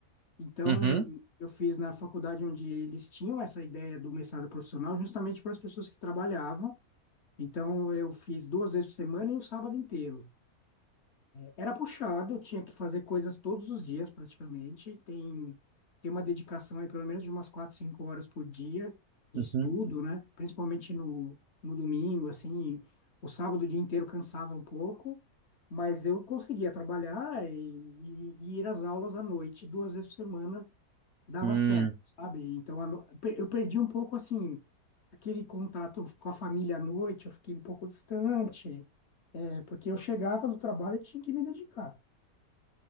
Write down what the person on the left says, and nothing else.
Então,
eu fiz na faculdade onde eles tinham essa ideia do mestrado profissional justamente para as pessoas que trabalhavam Então eu fiz duas vezes por semana e um sábado inteiro. Era puxado, eu tinha que fazer coisas todos os dias praticamente. Tem, tem uma dedicação aí pelo menos de umas quatro, cinco horas por dia de
estudo, né? Principalmente no, no domingo, assim. O sábado o dia inteiro cansava um pouco, mas eu conseguia trabalhar e, e, e ir às aulas à noite, duas vezes por semana, dava
certo, sabe? Então a no- pe- eu perdi um pouco assim aquele contato com a família à noite, eu fiquei um pouco distante, é, porque eu chegava do trabalho e tinha que me dedicar.